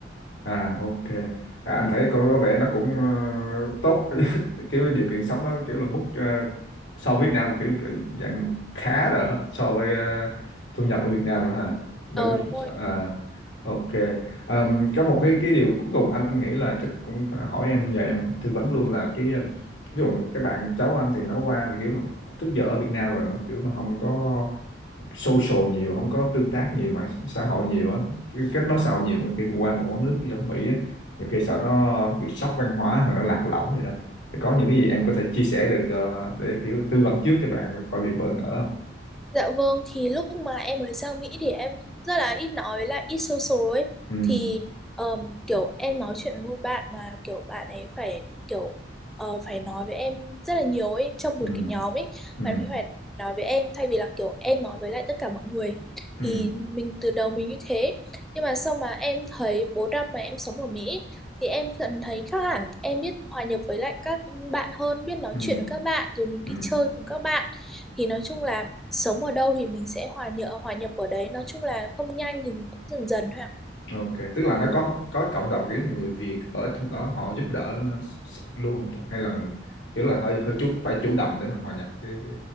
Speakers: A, on the left; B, in the centre.
A: à ok à, anh thấy con nó có vẻ nó cũng ờ, tốt <laughs> kiểu điều kiện sống nó kiểu là mức ờ, so với Việt Nam kiểu, kiểu dạng khá rồi hả? so với ờ, thu nhập ở Việt Nam nữa ha nó
B: Ờ
A: cứ-
B: đúng rồi
A: à, ok Ờm, có một cái cái điều cuối cùng anh anh nghĩ là chắc cũng hỏi em nhờ em tư vấn luôn là cái um, ví dụ các bạn cháu anh thì nó qua thì kiểu là trước giờ ở Việt Nam rồi nó kiểu nó không có social nhiều không có tương tác nhiều mạng xã hội nhiều á kết nối xã hội nhiều mà khi qua một quán nước giống Mỹ á nhiều khi sợ nó bị sốc văn hóa hoặc nó lạc lõng gì đó thì có những cái gì em có thể chia sẻ được cho để kiểu tư vấn trước cho bạn khỏi bị bỡ ngỡ không
B: Dạ vâng, thì lúc mà em mới sang Mỹ thì em cũng rất là ít nói với lại ít social ấy.
A: ừ
B: Thì ờm, kiểu em nói chuyện với một bạn mà kiểu bạn ấy phải kiểu ờ, phải nói với em rất là nhiều ấy trong
A: ừ
B: một cái nhóm ấy.
A: ừ
B: Bạn ấy phải nói với em thay vì là kiểu em nói với lại tất cả mọi người.
A: ừ
B: Thì mình từ đầu mình như thế. Nhưng mà sau mà em thấy 4 năm mà em sống ở Mỹ thì em dần thấy khác hẳn. Em biết hòa nhập với lại các bạn hơn, biết nói
A: ừ
B: chuyện với các bạn rồi mình
A: ừ
B: đi chơi cùng các bạn. Thì nói chung là sống ở đâu thì mình sẽ hòa nhập hòa nhập ở đấy nói chung là không nhanh thì mình cũng dần dần thôi ạ
A: ok tức là nó có có cộng đồng kiểu người Việt ở trong đó họ giúp đỡ nó s- luôn không ta? hay là mình kiểu là hơi hơi chút phải chủ động để mình hòa nhập cái, cái